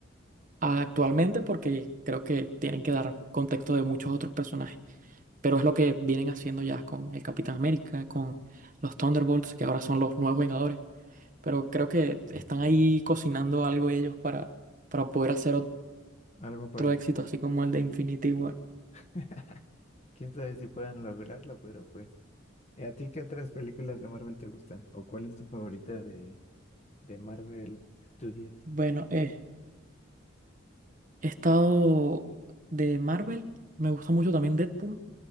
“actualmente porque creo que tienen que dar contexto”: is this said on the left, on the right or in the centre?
Right